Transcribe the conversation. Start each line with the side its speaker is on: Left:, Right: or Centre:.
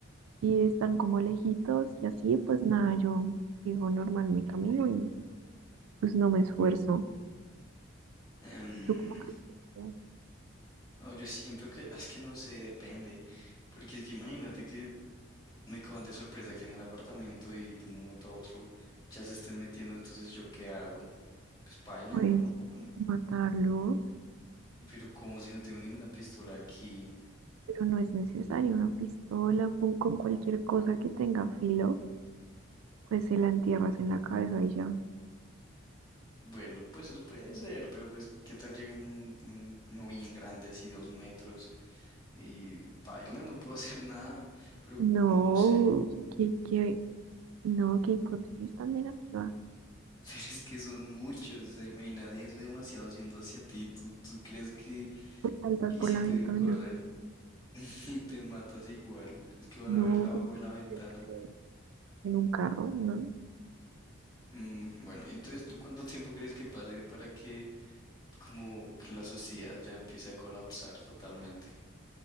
Right: si están como lejitos y así, pues nada, yo sigo normal mi camino y pues no me esfuerzo.
Left: Em,
Right: ¿Tú cómo crees que podrías,
Left: No, yo siento que es que no sé, depende. Porque es que imagínate que me cojan de sorpresa aquí en el apartamento y de un momento a otro ya se estén metiendo, entonces yo qué hago. Pues paila,
Right: pues
Left: ¿no? Em,
Right: matarlo?
Left: Pero como si no tengo ninguna pistola aquí.
Right: Pero no es necesario una pistola, pon- con cualquier cosa que tenga filo, pues se la entierras en la cabeza y ya.
Left: Bueno, pues eso puede ser, pero pues qué tal llega un, un- uno bien grande, así dos metros, y paila, no puedo <laughs> hacer nada. Pero
Right: No,
Left: mm, no sé. <laughs>
Right: qué, qué, no, qué hipótesis tan negativa.
Left: Pero es que son muchos, o sea, imagínate, es demasiado yendo hacia ti. ¿Tú, tú crees que
Right: Pues saltas
Left: Y
Right: por
Left: si
Right: la
Left: pueden
Right: ventana.
Left: correr <laughs> y te matas igual, es que van
Right: No,
Left: a ver abajo
Right: porque
Left: de la ventana.
Right: puedes caer en un carro, ¿no?
Left: Mm, bueno, entonces tú cuánto tiempo crees que pase para que como que la sociedad ya empiece a colapsar totalmente?